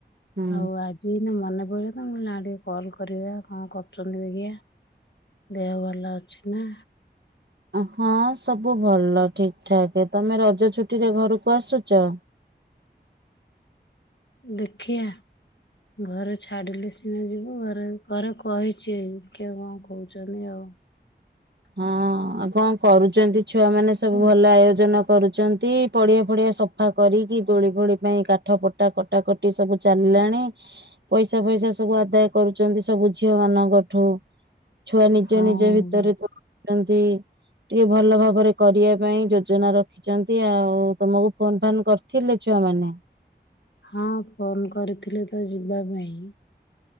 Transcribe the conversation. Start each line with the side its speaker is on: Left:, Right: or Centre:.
Right: ହୁଁ
Left: ହଉ ଆଜୀ ମନେ ପଡିଲା ତ ନା ଟିକେ କଲ୍ କରିବା କଣ କରୁଛନ୍ତି ଦେଖିବା ଦେହ ଭଲ ଅଛି ନା?
Right: ହଁ ସବୁ ଭଲ ଠିକ ଠାକ ତମେ ରଜ ଛୁଟି ରେ ଘରକୁ ଆସୁଛ?
Left: ଦେଖିଆ ଘରେ ଛାଡିଲେ ସିନା ଯିବୁ ଘରେ ଘରେ କହିଛି ଦେଖିଆ କଣ କହୁଛନ୍ତି ଆଉ
Right: ହଁ ଆଉ କଣ କରୁଛନ୍ତି? ଛୁଆମାନେ ସବୁ
Left: ହୁଁ
Right: ଭଲ ଆୟୋଜନ କରୁଛ ନ୍ତି ପଡିଆ ଫଡିଆ ସଫା କରିକି ଦୋଳି ଫୋଳି ପାଇଁ କାଠ ପଟା କଟା କଟି ସବୁ ଚାଲିଲାଣି ପଇସା ଫଇସା ସବୁ ଆଦାୟ କରୁଛନ୍ତି ସବୁ ଝିଅ ମାନଙ୍କଠୁ ଛୁଆ ନିଜ
Left: ହଁ।
Right: ନିଜ ଭିତରେ ତ ଛନ୍ତି ଟିକେ ଭଲ ଭାବରେ କରିବା ପାଇଁ ଯୋଜନା ରଖିଛନ୍ତି ଆଉ ତମକୁ ଫୋନ୍ ଫାନ୍ କରିଥିଲେ ଛୁଆମାନେ?
Left: ହଁ ଫୋନ କରିଥିଲେ ତ ଯିବା ପାଇଁ